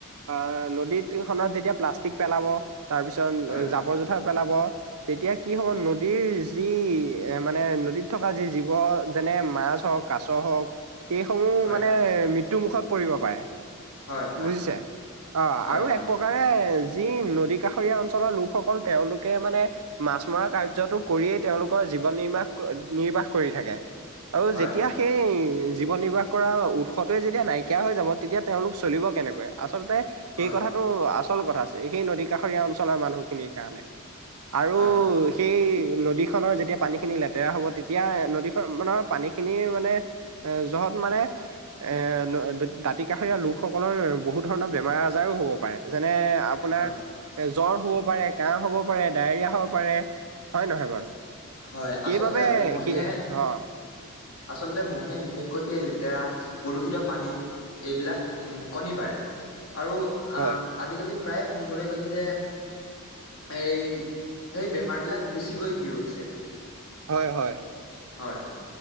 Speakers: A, on the right; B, on the left.
A: অ নদীত তিল খনত প্লাষ্টিক পেলাব তাৰ পিছত
B: হয়,
A: জাবৰ যোথৰ। থৈ পেলাব তেতিয়া কি হ'ব নদীৰ। যি এ মানে নদীত থকা যি জীৱ যেনে মাছ হওক কাছ হওক। এইসমূহ
B: হয়,
A: মানে মৃত্যু মুুখত পৰিব পাৰে।
B: হয়, হয়,
A: বুজিছে অ
B: হয়
A: আৰু
B: বুজিছো
A: এক প্ৰকাৰে। যি নদী কাষৰীয়া অঞ্চলৰ লোকসকল তেওঁলোকে মানে মাছ মৰা কাৰ্যটোক। কৰিয়েই তেওঁলোকৰ জীৱন নিৰ্বাহ নিৰ্বাহ কৰি থাকে আৰু
B: হয়,
A: যেতিয়া সেই। জীৱন নিৰ্বাহ কৰা উৎসৱটোৱে যেতিয়া নাইকিয়া হৈ যাব তেতিয়া তেওঁলোক চলিব কেনেকৈ আচলতে। সেই
B: হয়,
A: কথাটো আচল কথা আছে সেই নদী কাষৰীয়া অঞ্চলটোৰ মানুহখিনিৰ কাৰণে। আৰু
B: হয়,
A: সেই। নদীখনৰ যেতিয়া পানী খিনি লেতেৰা হব তেতিয়া নদীখন মানৰ পানী খিনিৰ মানে। এ য'ত মানে। এ দাঁতি কাষৰীয়া লোকসকলৰ বহুত ধৰণৰ বেমাৰ আজাৰো হ'ব পাৰে যেনে। আপোনাৰ
B: হয়,
A: জ্বৰ হ'ব পাৰে কাহ হ'ব পাৰে ডায়েৰিয়া হ'ব পাৰে। হয় নহয় বাৰু
B: হয়
A: সেইবাবে
B: আচলতে মহে
A: সেই অ।
B: আচলতে মহে বিশেষকৈ সেই লেতেৰা প্ৰদূষিত পানীত। এইবিলাক উম কণী পাৰে আৰু
A: হয়
B: আম আজিকালি প্ৰায়ে শুনিবলৈ গৈছে যে। এই সেই বেমাৰ বিলাক বেছিকৈ বিয়পিছে।
A: হয় হয়।
B: হয়